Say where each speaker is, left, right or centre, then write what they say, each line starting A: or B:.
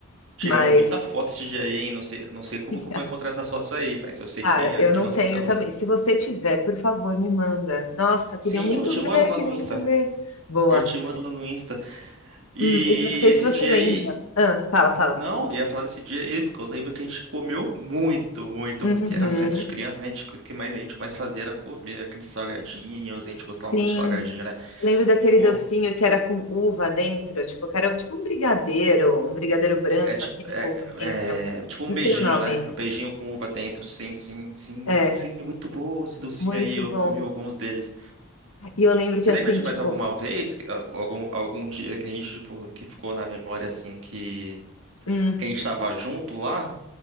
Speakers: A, on the right (about 60°); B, on the left (about 80°).
A: tiramos
B: Mas,
A: muita foto esse dia aí, hein? não sei, não sei
B: <laughs>
A: como que eu vou encontrar essas fotos aí, mas eu sei
B: cara,
A: que tem aquelas,
B: eu não tenho
A: elas...
B: também. Se você tiver, por favor, me manda. Nossa, queria
A: Sim,
B: muito
A: eu te
B: ver,
A: mando lá
B: queria
A: no Insta.
B: muito ver. Boa.
A: Eu te mando lá no Insta. E
B: Hum, e eu não sei
A: esse
B: se você
A: dia
B: lembra.
A: aí,
B: Ah, fala, fala.
A: não, eu ia falar desse dia aí, porque eu lembro que a gente comeu muito, muito,
B: Uhum.
A: muito. E era festa de criança, né? A gente- O que mais a gente mais fazia era comer aqueles salgadinhos, a gente gostava
B: Sim.
A: muito de salgadinho, né?
B: Eu lembro daquele
A: Porra.
B: docinho que era com uva dentro, tipo, que era tipo um brigadeiro, um brigadeiro branco,
A: É tipo,
B: assim,
A: é,
B: com uva dentro.
A: é tipo
B: Não
A: um beijinho,
B: sei o nome.
A: né? Um beijinho com uva dentro. Sim, sim, sim,
B: É,
A: sim, é muito bom esse docinho
B: muito
A: aí. Eu
B: bom.
A: comi alguns deles.
B: E eu lembro
A: Você
B: que assim,
A: lembra de
B: tipo,
A: mais alguma vez, que- algum, algum dia que a gente, tipo, que ficou na memória assim, que,
B: hum,
A: que a gente tava junto lá?